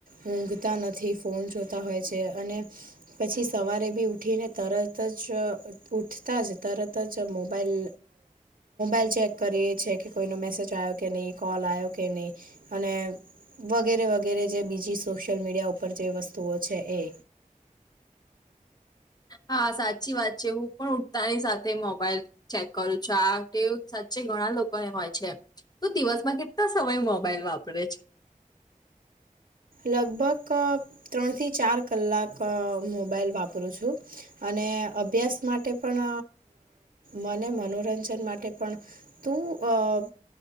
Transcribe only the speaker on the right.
ઊંઘતા નથી ફોન જોતા હોય છે અને. પછી સવારે બી ઉઠીને તરત જ ઉઠતા જ તરત જ મોબાઈલ. અ ચેક કરીએ કે કોઈનો મેસેજ આવ. કે નહીં કૉલ આવયો કે નહીં અને. વગેરે વગેરે જે બીજી સોશિયલ મીડિયા ઉપર જે વસ્તુઓ છે એ.
લગભગ ત્રણથી ચાર કલાક મોબાઈલ વાપરું છું. અને અભ્યાસ માટે પણ મને મનોરંજન માટે પણ. તો અ